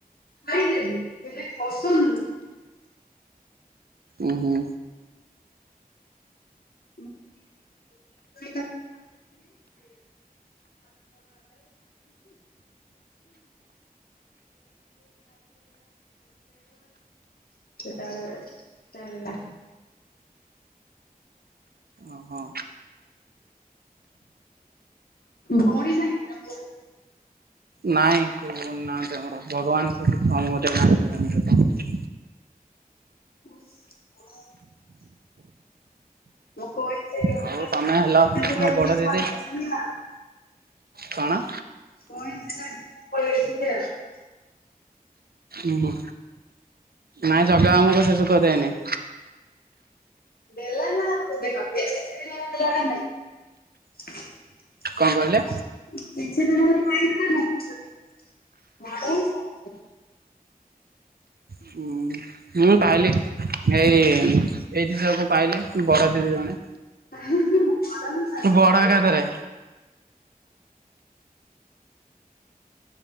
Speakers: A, on the left; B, on the right.
A: ଖାଇଦେବି ହେଲେ ପସନ୍ଦ ନୁହୁଁ।
B: ଉଁ ହୁଁ।
A: <unintelligible> <unintelligible> <unintelligible> ସେ ତାର ଚାଲିଲା।
B: ଓହୋ।
A: ଭଉଣୀ ନାହିଁ ନାଁ
B: ନାଇଁ କେହି ଭଉଣି ନାହାନ୍ତି ଆମର ଭଗବାନ ସେ ସୁଖ ଆମକୁ ଦେଇନାହାନ୍ତି ଭଉଣି ସୁଖ।
A: <inaudible> <unintelligible>
B: ହଉ ତମେ ହେଲ ମୋ ବଡ ଦିଦି କଣ?
A: <unintelligible>
B: ଉଁ ହୁଁ, ନାଇଁ ଜଗା ଆମକୁ ସେ ସୁଖ ଦେଇନି?
A: ଦେଲ ନା ଦେଖ <unintelligible> ଦେଲା ନା ନାଇଁ। <inaudible>
B: କଣ କହିଲେ?
A: କିଛି <unintelligible> ବଡ ହେଇଯା।
B: ହୁଁ। ହୁଁ ପାଇଲେ ଏଇ ଏଇଠି ସବୁ ପାଇଲେ ବଡ଼ ଦିଦି ଜଣେ।
A: <unintelligible>
B: ବଡ଼ ଏକାଥରେ।
A: ନା।